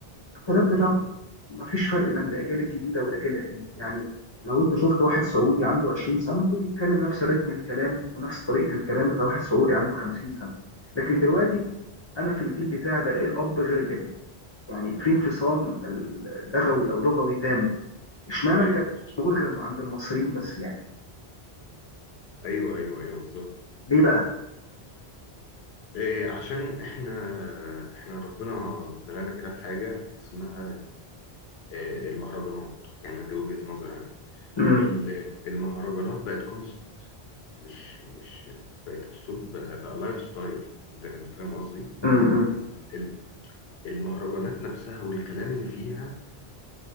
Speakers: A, on the left; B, on the left.
A: الكلام
B: مم.
A: بتاعهم مفيش فرق بين الاجيال الجديده والاجيال القديمه يعني لو انت شفت واحد سعودي عنده 20 سنه تلاقيه بيتكلم نفس الريتم الكلام ونفس طريقه الكلام بتاع واحد سعودي عنده 50 سنه لكن دلوقتي انا في الجيل بتاعي بلاقي الاب غير الابن يعني في انفصام لغوي او لغوي تام اشمعنى
B: ايوه
A: الكلام ده مش موجود غير عند المصريين بس يعني
B: ايوه ايوه ايوه بالظبط
A: ليه بقى
B: إيه عشان احنا احنا ربنا بلانا كده بحاجه اسمها آه، المهرجانات يعني دي وجهة نظري أنا
A: امم
B: ال- المهرجانات بقت كونسبت مش مش بقت أسلوب بقى, بقى لايف ستايل أنت أنت فاهم قصدي؟
A: امم
B: ال- ال- المهرجانات نفسها والكلام اللي فيها